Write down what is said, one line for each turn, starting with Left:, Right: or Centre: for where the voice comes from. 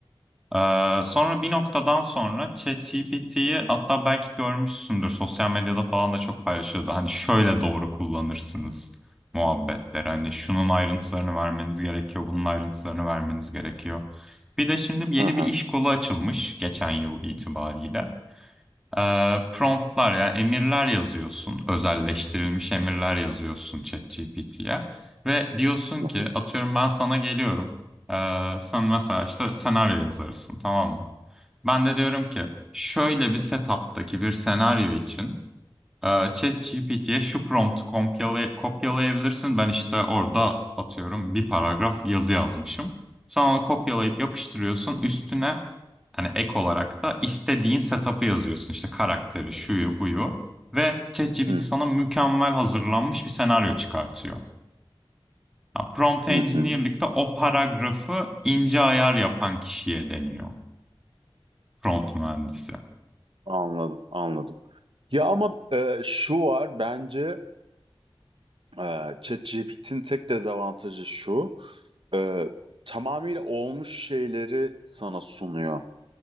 Centre: Ee, sonra bir noktadan sonra ChatGPT'yi hatta belki görmüşsündür sosyal medyada falan da çok paylaşıyordu. Hani şöyle doğru kullanırsınız muhabbetleri. Hani şunun ayrıntılarını vermeniz gerekiyor, bunun ayrıntılarını vermeniz gerekiyor. Bir de şimdi yeni
Right: Hı hı.
Centre: bir iş kolu açılmış geçen yıl itibariyle. Ee, promptlar yani emirler yazıyorsun. Özelleştirilmiş emirler yazıyorsun ChatGPT'ye. Ve diyorsun
Right: Hı
Centre: ki
Right: hı.
Centre: atıyorum ben sana geliyorum. Ee, sen mesela işte senaryo yazarısın tamam mı? Ben de diyorum ki şöyle bir setup'taki bir senaryo için ee, ChatGPT'ye şu prompt kompyala- kopyalayabilirsin. Ben işte orada atıyorum bir paragraf yazı yazmışım. Sen onu kopyalayıp yapıştırıyorsun. Üstüne hani ek olarak da istediğin setup'ı yazıyorsun. İşte karakteri, şuyu, buyu. Ve ChatGPT
Right: Hı hı.
Centre: sana mükemmel hazırlanmış bir senaryo çıkartıyor. Ha, prompt
Right: Hı
Centre: engineer'likte
Right: hı.
Centre: o paragrafı ince ayar yapan kişiye deniyor. Prompt mühendisi.
Right: Anladım, anladım. Ya ama e, şu var bence e, ChatGPT'nin tek dezavantajı şu. e, tamamıyla olmuş şeyleri sana sunuyor.